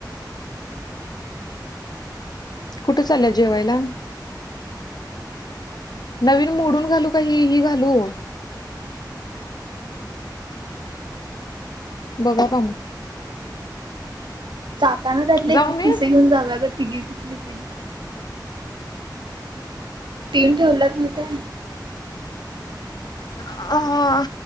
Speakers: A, on the left; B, on the right.
A: कुठं चालय जेवायला नवीन मोडून घालू काही ही घालू बघा का मग
B: जाताना त्यातले
A: जाऊ
B: एक एक
A: मी
B: पिसे घेऊन जाऊया ग तिघी ना तीन दिसले त तीन ठेवलेत मी ते
A: अ